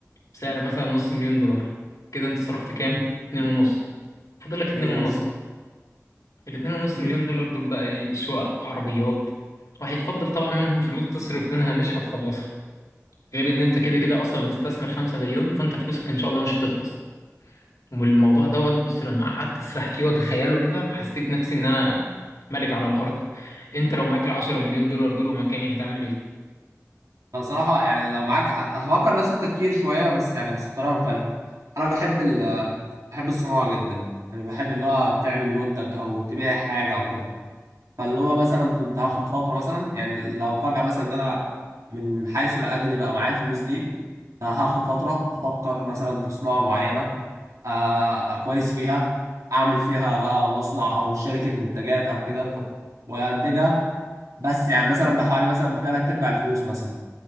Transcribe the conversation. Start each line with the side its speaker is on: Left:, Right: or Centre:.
Left: بسعر مثلا نص مليون دولار كده انت صرفت كام اتنين ونص فاضل لك اتنين
Right: بص
Left: ونص الاتنين ونص
Right: امم
Left: مليون دولار دول بقى ايه شقق عربيات وهيتفضل طبعا منهم فلوس تصرف منها مش هتخلصها غير ان انت كده كده اصلا مستثمر خمسة مليون فانت فلوسك ان شاء الله مش هتخلص والموضوع دوت بص لما قعدت اسرح فيه واتخيله كده حسيت نفسي ان انا ملك على الارض انت لو معاك العشرة مليون دولار دول ومكاني هتعمل ايه؟
Right: أنا صراحة يعني لو معاك أفكر نفس التفكير شوية بس يعني بس بطريقة مختلفة أنا بحب ال بحب الصناعة جدا يعني بحب اللي هو تعمل منتج أو تبيع حاجة أو كده فاللي هو مثلا كنت هاخد فترة مثلا يعني لو فجأة مثلا إن أنا من حيث لا أدري بقى معايا الفلوس دي فهاخد فترة أفكر مثلا في صناعة معينة آه، أبقى كويس فيها أعمل فيها بقى مصنع أو شركة منتجات أو كده وأنتجها بس يعني مثلا بحوالي مثلا بتلات أرباع الفلوس مثلا